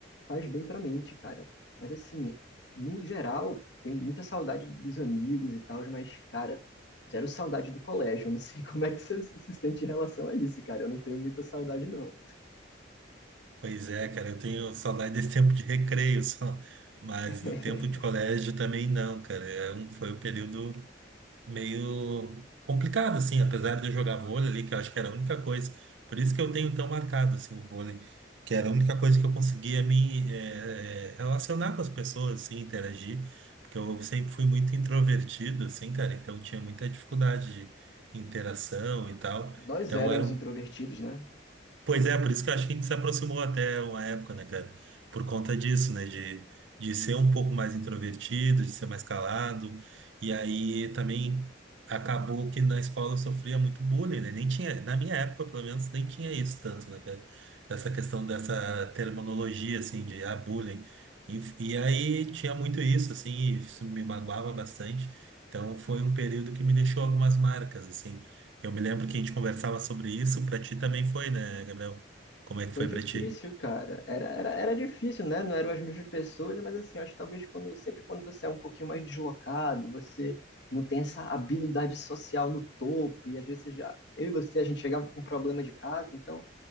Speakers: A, on the left; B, on the right.
A: faz bem para a mente, cara. Mas, assim, no geral, tenho muita saudade dos amigos e tal, mas, cara, zero saudade do colégio. Eu não sei <laughs> como é que você se sente em relação a isso, cara. Eu não tenho muita saudade, não.
B: Pois é, cara, eu tenho saudade desse <laughs> tempo de recreio só, mas
A: <laughs>
B: do tempo de colégio também não, cara, é um, foi o período meio complicado, assim, apesar de eu jogar vôlei ali, que eu acho que era a única coisa. Por isso que eu tenho tão marcado, assim, o vôlei, que era a única coisa que eu conseguia me eh, eh, relacionar com as pessoas, assim, interagir, porque eu sempre fui muito introvertido, assim, cara, então tinha muita dificuldade de interação e tal.
A: Nós
B: Então
A: éramos
B: era um
A: introvertidos, né?
B: Pois é, por isso que eu acho que a gente se aproximou até uma época, né, cara? Por conta disso, né? De, de ser um pouco mais introvertido, de ser mais calado. E aí também acabou que na escola eu sofria muito bullying, né? Nem tinha, na minha época, pelo menos, nem tinha isso tanto, né, cara? Essa questão dessa terminologia, assim, de ah, bullying. E, e aí tinha muito isso, assim, e isso me magoava bastante. Então foi um período que me deixou algumas marcas, assim. Eu me lembro que a gente conversava sobre isso, pra ti também foi, né, Gabriel? Como é que
A: Foi
B: foi
A: difícil,
B: pra ti?
A: cara. Era, era, era difícil, né? Não eram as mesmas pessoas, mas assim, eu acho que talvez quando, sempre quando você é um pouquinho mais deslocado, você não tem essa habilidade social no topo, e às vezes já. Eu e você, a gente chegava com um problema de casa, então.